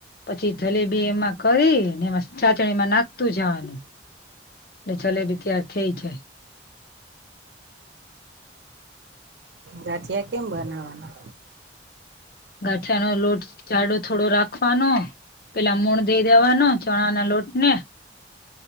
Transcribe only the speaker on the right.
ગાઠિયા કેમ બનાવાના?